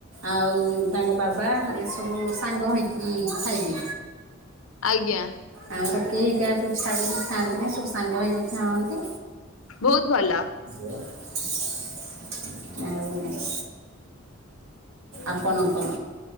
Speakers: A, on the right; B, on the left.
A: ଆଉ ତାଙ୍କ ବାବା ଏସବୁ ସାଙ୍ଗ ହେଇକି ଖାଇବେ
B: ଆଜ୍ଞା।
A: ଆମର କେହି କାହାକୁ ଛାଡ଼ିକି ଖାଆନ୍ତିନି? ସବୁ ସାଙ୍ଗ ହେଇକି ଖାଆନ୍ତି!
B: ବହୁତ ଭଲ
A: <inaudible> ଆଉ ନାଇଁ। ଆପଣ କଣ,